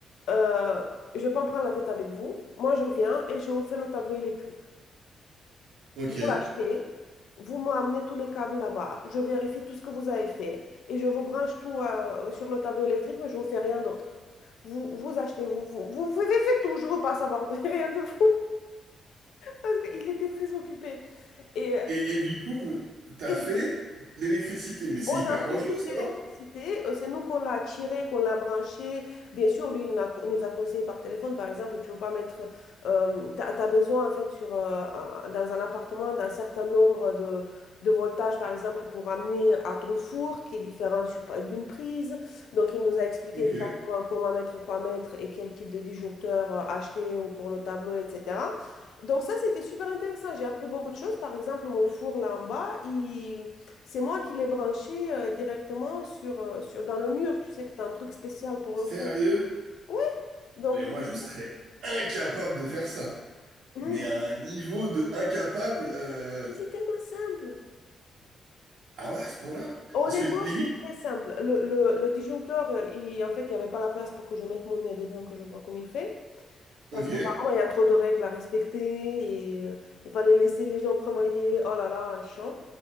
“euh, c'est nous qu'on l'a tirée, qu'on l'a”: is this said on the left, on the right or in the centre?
Left